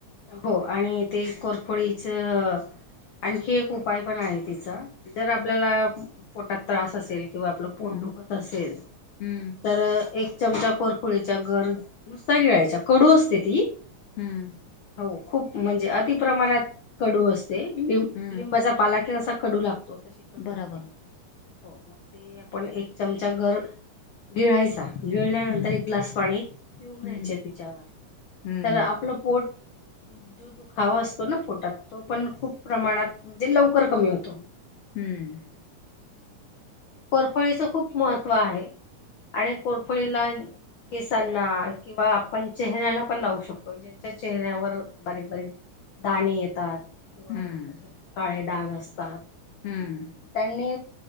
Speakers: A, on the left; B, on the left.
A: हो, आणि ते कोरफडीच आणखी एक उपाय पण आहे तिचा. जर आपल्याला
B: हं
A: पोटात त्रास असेल किंवा आपलं पोट
B: हं
A: दुखत असेल
B: हम्म
A: तर एक चमचा कोरफुळीच्या गर नुसता गिळायच्या. कडू असते ती.
B: हम्म.
A: हो, खूप म्हणजे अति प्रमाणात कडू असते. लि
B: हम्म
A: लिंबाचा पाला कसा कडू लागतो. तो तशी कडू
B: बराबर
A: लागते. हो, मग ते आपण एक चमचा गर गिळायचा. गिळल्यानंतर
B: हम्म
A: एक ग्लास पाणी पिऊन घ्यायचे
B: हम्म
A: तिच्यावर,
B: हम्म
A: तर आपलं पोट जो दुखावा असतो ना पोटात, तो पण खूप प्रमाणात म्हणजे लवकर कमी होतो.
B: हम्म.
A: कोरफळीच खूप महत्त्व आहे, आणि कोरफळीला केसांना किंवा आपण चेहऱ्याला पण लावू शकतो. चेहऱ्यावर बारीक, बारीक दाणे येतात. किंवा
B: हम्म
A: असे काळे डाग असतात.
B: हम्म.
A: त्यांनी